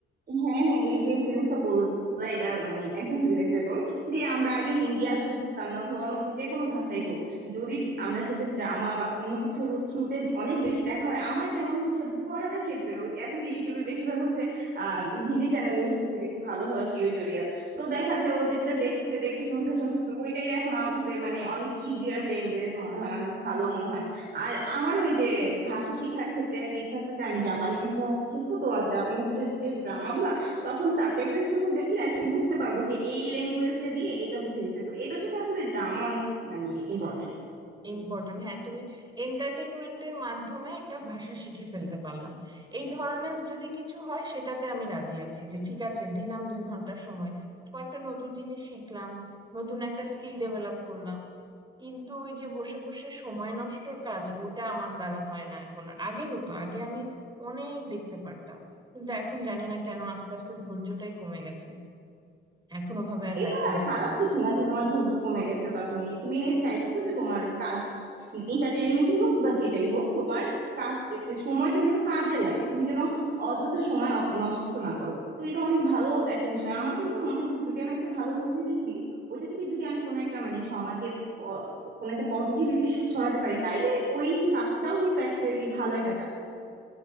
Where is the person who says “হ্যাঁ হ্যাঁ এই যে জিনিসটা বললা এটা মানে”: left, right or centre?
Right